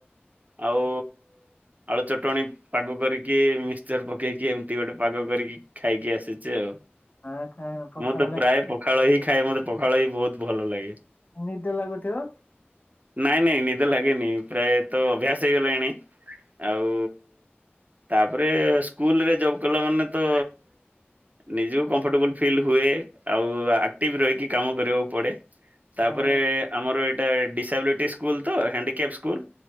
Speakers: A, on the right; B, on the left.
A: ଆଉ
B: <inaudible>
A: ଆଳୁ ଚଟଣି ପାଗ କରିକି ମିକ୍ସଚର ପକେଇକି ଏମିତି ଗୋଟେ ପାଗ କରିକି ଖାଇକି ଆସିଛି ଆଉ।
B: ଆ ଖା- ପଖାଳ
A: ମୁଁ ତ ପ୍ରାୟ ପଖାଳ ହି ଖାଏ। ମତେ ପଖାଳ ହି ବହୁତ ଭଲ ଲାଗେ।
B: ନିଦ ଲାଗୁଥିବ।
A: ନାଇଁ ନାଇଁ ନିଦ ଲାଗେନି। ପ୍ରାୟେ ତ ଅଭ୍ୟାସ ହେଇଗଲାଣି। ଆଉ ତାପରେ ସ୍କୁଲ ରେ ଜବ୍ କଲା ମାନେ ତ ନିଜ କମ୍ଫର୍ଟେବୁଲ ଫିଲ୍ ହୁଏ। ଆଉ ଆକ୍ଟିଭ୍ ରହିକି କାମ କରିବାକୁ ପଡେ।
B: ହଁ
A: ତାପରେ ଆମର ଏଇଟା ଡିସାବିଲଟି ସ୍କୁଲ ତ ହ୍ୟାଣ୍ଡିକ୍ୟାପ ସ୍କୁଲ।